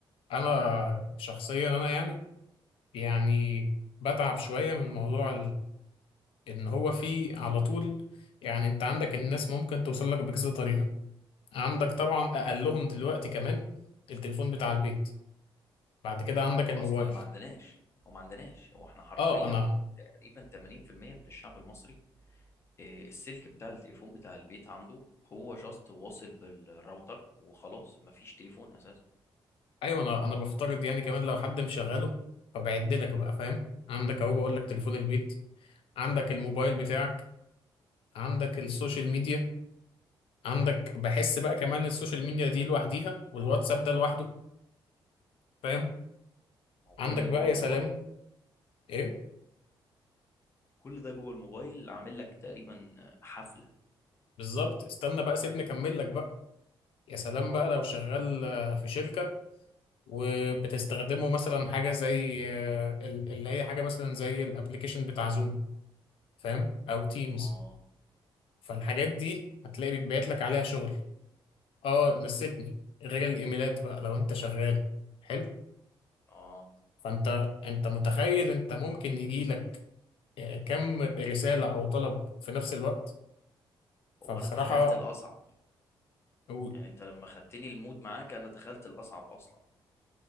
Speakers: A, on the left (about 80°); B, on the left (about 30°).
A: انا شخصيا انا يعني يعني بتعب شوية من موضوع ان هو في على طول يعني انت عندك الناس ممكن توصل لك بكذا طريقة عندك طبعا اقلهم دلوقتي كمان التليفون بتاع البيت بعد كده عندك
B: هو
A: الموبايل
B: أصلا ما عندناش هو ما عندناش هو إحنا حرفيا
A: اه انا
B: تقريبا 80% من الشعب المصري إيه، السلك بتاع التليفون بتاع البيت عنده هو جاست واصل بالراوتر وخلاص مفيش تليفون اساسا
A: ايوه انا انا بفترض يعني كمان لو حد مشغله فبعد لك بقى فاهم عندك اهو
B: مم.
A: بقول لك تليفون البيت عندك الموبايل بتاعك عندك السوشيال ميديا عندك بحس بقى كمان السوشيال ميديا دي لوحديها والواتساب ده لوحده فاهم
B: ما هو كل
A: عندك
B: ده
A: بقى
B: جوه الموبايل
A: يا سلام ايه
B: كل ده جوه الموبايل اللي عامل لك تقريبا حفلة
A: بالظبط استنى بقى سيبني اكمل لك بقى يا سلام بقى لو شغال آه، في شركة وبتستخدمه مثلا حاجة زي آه، ال- اللي هي حاجة مثلا زي الابليكيشن بتاع زوم فاهم أو تيمز
B: اه
A: فالحاجات دي هتلاقي بيتبعت لك عليها شغل اه نسيتني غير الايميلات بقى لو انت شغال حلو
B: اه
A: فانت انت متخيل انت ممكن يجي لك آه، كم رسالة او طلب في نفس الوقت فبصراحة
B: هو انا تخيلت الاصعب
A: و-
B: يعني انت لما خدتني المود معاك انا تخيلت الاصعب اصلا